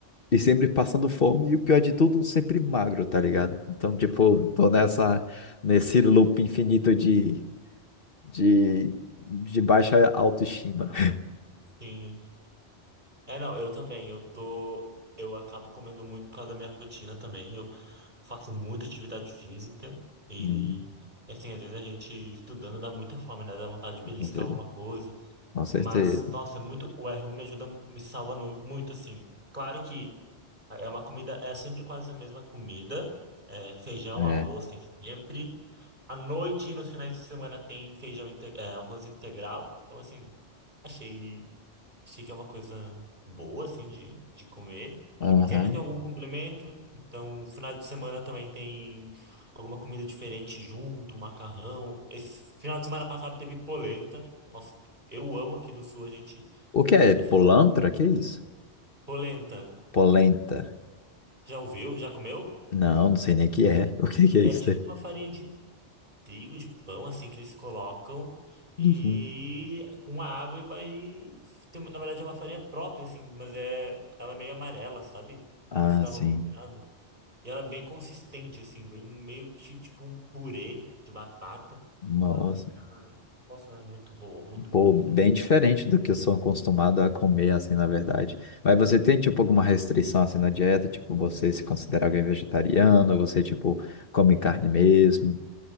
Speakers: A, on the left; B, on the right.
A: e sempre passando fome e o pior de tudo, sempre magro, tá ligado? Então, tipo, tô nessa, nesse loop infinito de, de, de baixa autoestima. <laughs>
B: Sim. É, não, eu também. Eu tô. Eu acabo comendo muito por causa da minha rotina também. Eu faço muita atividade física e,
A: Hum,
B: assim, às vezes a gente estudando dá muita fome, né? Dá vontade de beliscar
A: Com certeza.
B: alguma coisa.
A: Com certeza.
B: Mas, nossa, é muito, o R1 me ajuda, me salva no- muito, assim. Claro que é uma comida, é sempre quase a mesma comida. É, feijão,
A: É.
B: arroz tem sempre. À noite e nos finais de semana tem feijão, inte- é, arroz integral. Então, assim, achei se que é uma coisa boa, assim, de, de comer.
A: Aham.
B: Sempre tem algum É. complemento, então final de semana também tem alguma comida diferente junto, macarrão. Esse final de semana passado teve polenta. Nossa, eu amo aqui do sul, a gente
A: O que é?
B: é
A: Polantra?
B: fácil.
A: Que é isso?
B: Polenta,
A: Polenta.
B: já ouviu? Já comeu?
A: Não, não sei nem o que é. <laughs> O que que é
B: É
A: isso?
B: tipo
A: aí?
B: uma farinha de trigo, de pão, assim, que eles colocam e
A: Uhum.
B: com a água e vai. tem- na verdade, é uma farinha própria, assim, mas é, ela é meio amarela, sabe?
A: Ah,
B: Depois você dá
A: sim.
B: uma procurada. E ela é bem consistente, assim, bem meio que tipo um purê de batata.
A: Nossa,
B: Ela fica. Nossa, ela é muito boa, muito, muito,
A: pô,
B: muito,
A: bem
B: muito
A: diferente
B: boa.
A: do que eu sou acostumado a comer, assim, na verdade. Mas você tem, tipo, alguma restrição, assim, na dieta? Tipo, você se considera alguém vegetariano? Você, tipo, come carne mesmo?